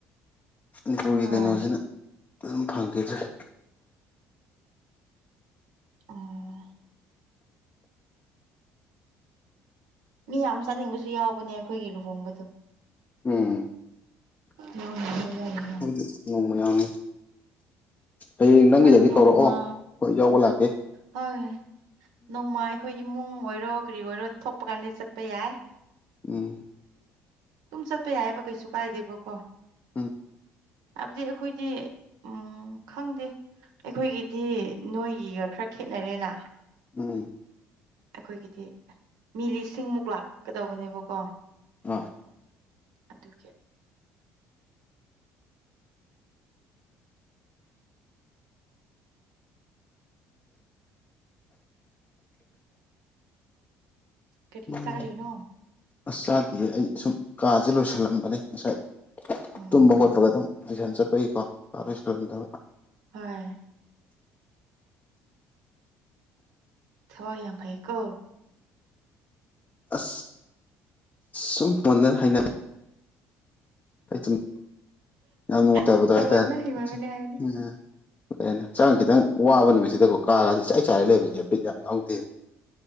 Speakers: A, on the left; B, on the right.
A: ꯃꯅꯤꯄꯨꯔꯒꯤ
B: ꯍꯣꯏ
A: ꯀꯩꯅꯣꯖꯤꯅ ꯑꯗꯨꯝ ꯐꯪꯈꯤꯗ꯭ꯔꯦ꯫
B: ꯑꯥ ꯃꯤ ꯌꯥꯝ ꯆꯠꯅꯤꯡꯕꯁꯨ ꯌꯥꯎꯕꯅꯦ ꯑꯩꯈꯣꯏꯒꯤ ꯂꯨꯍꯣꯡꯕꯗꯣ꯫
A: ꯎꯝ꯫
B: ꯌꯥꯎꯅꯤꯌꯦ <unintelligible>
A: ꯈ‌ꯣꯏꯗꯤ ꯅꯣꯡꯃ ꯌꯥꯝ ꯍꯌꯦꯡ ꯅꯪꯒꯤꯗꯗꯤ
B: ꯍꯣꯏ ꯅꯣꯡꯃ
A: ꯀꯧꯔꯑꯣ ꯍꯣꯏ ꯌꯥꯎꯕ ꯂꯥꯛ꯫
B: ꯍꯣꯏ ꯅꯣꯡꯃꯥꯏ ꯑꯩꯈꯣꯏ ꯏꯃꯨꯡ ꯑꯣꯏꯔꯣ ꯀꯔꯤ ꯑꯣꯏꯔꯣ ꯊꯣꯛꯄ ꯀꯥꯟꯗꯤ ꯆꯠꯄ ꯌꯥꯏ꯫
A: ꯎꯝ꯫
B: ꯗꯨꯝ ꯆꯠꯄ ꯌꯥꯏꯕ ꯀꯩꯁꯨ ꯀꯥꯏꯗꯦꯕꯀꯣ꯫
A: ꯎꯝ
B: ꯍꯥꯏꯕꯗꯤ ꯑꯩꯈꯣꯏꯗꯤ ꯎꯝ ꯈꯪꯗꯦ꯫ ꯑꯩꯈꯣꯏꯒꯤꯗꯤ ꯅꯣꯏꯒꯤꯒ ꯈꯔ ꯈꯦꯠꯅꯔꯦꯅꯥ
A: ꯎꯝ꯫
B: ꯑꯩꯈꯣꯏꯒꯤꯗꯤ ꯃꯤ ꯂꯤꯁꯤꯡꯃꯨꯛ ꯂꯥꯛꯀꯗꯧꯕꯅꯦꯕꯀꯣ꯫
A: ꯑꯥ
B: ꯑꯗꯨꯒꯤ꯫ ꯀꯔꯤ
A: ꯎꯝ
B: ꯆꯥꯔꯤꯅꯣ꯫
A: ꯑꯁ ꯆꯥꯗꯤꯌꯦ ꯑꯩ ꯁꯨꯝ ꯀꯥꯁꯦ ꯂꯣꯏꯁꯜꯂꯝꯕꯅꯦ ꯉꯁꯥꯏ
B: ꯎꯝ
A: ꯇꯨꯝꯕ ꯍꯧꯒꯠꯄꯒ ꯗꯨꯝ꯫ ꯇꯨꯏꯁꯟ ꯆꯠꯄꯩꯀꯣ ꯀꯥ ꯂꯣꯏꯁꯜꯂꯝꯗꯕ꯫
B: ꯍꯣꯏ꯫ ꯊꯕꯛ ꯌꯥꯝ ꯐꯩꯀꯣ꯫
A: ꯑꯁ ꯁꯨꯝ ꯄꯨꯟꯅ ꯍꯩꯅ ꯑꯩ ꯇꯨꯝ ꯌꯥꯝ ꯅꯨꯡꯉꯥꯏꯇꯕꯗꯣ
B: ꯁꯨꯝ ꯇꯧꯃꯟꯅ
A: ꯍꯥꯏꯇꯥꯏ
B: ꯍꯩꯃꯟꯕꯅꯦ ꯍꯥꯏꯕꯅꯦ
A: ꯑꯥ ꯀꯩ ꯍꯥꯏꯅꯤ ꯍꯛꯆꯥꯡ ꯈꯤꯇꯪ ꯋꯥꯕ
B: ꯎꯝ
A: ꯅꯨꯃꯤꯠꯁꯤꯗꯀꯣ ꯀꯥꯒꯁꯦ ꯏꯆꯥꯏ ꯆꯥꯏꯔ ꯂꯩꯕꯁꯤꯅꯦ ꯕꯤꯠ ꯌꯥꯝ ꯌꯥꯎꯗꯦ